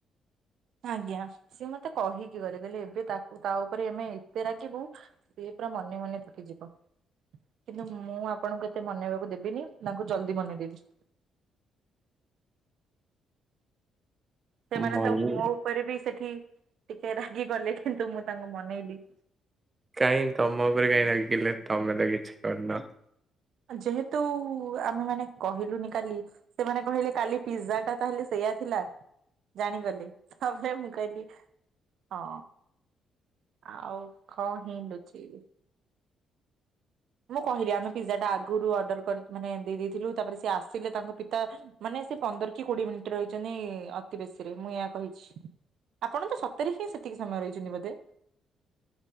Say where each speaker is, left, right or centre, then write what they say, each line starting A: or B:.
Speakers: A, on the right (about 70°); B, on the right (about 30°).
A: ଆଜ୍ଞା ସିଏ ମତେ କହିକି ଗଲେ କହିଲେ ଏବେ ତାକୁ ତା ଉପରେ ଆମେ ଏତେ ରାଗିବୁ ସେ ପୁରା ମନେ ମନେ ଥକି ଯିବ। କିନ୍ତୁ ମୁଁ ଆପଣଙ୍କୁ ଏତେ ମନେଇବାକୁ ଦେବିନି ତାଙ୍କୁ ଜଲଦି ମନେଇ ଦେବି। ସେମାନେ
B: ମନି
A: ତ ମୁଁହ ଉପରେ ବି ସେଠି ଟିକେ ରାଗି ଗଲେ କିନ୍ତୁ ମୁଁ ତାଙ୍କୁ ମନେଇଲି।
B: କାହିଁ ତମ ଉପରେ କାହିଁକି ରାଗି ଗଲେ ତମେ ତ କିଛି କରିନା।
A: ଯେହେତୁ ଆମେ ମାନେ କହିଲୁନି କାଲି ସେମାନେ କହିଲେ କାଲି ପିଜଜା ଟା ତାହେଲେ ସେଇ ଥିଲା ଜାଣିଗଲେ ତାପରେ ମୁଁ କହିଲି ହଁ। ଆଉ କଣ ହି ଲୁଛି। ମୁଁ କହିଲି ଆମେ ପିଜ୍ଜା ଟା ଆଗରୁ ଅର୍ଡର କରି ମାନେ ଦେଇ ଦେଇଥିଲୁ ତାପରେ ସେ ଆସିଲେ ତାଙ୍କ ପିତା ମାନେ ସେ ପନ୍ଦର କି କୋଡିଏ ମିନିଟ ରହିଛନ୍ତି ଅତି ବେଶୀରେ ମୁଁ ଏହା କହିଛି। ଆପଣତ ସତରେ ହିଁ ସେତିକି ସମୟ ରହିଛନ୍ତି ବୋଧେ।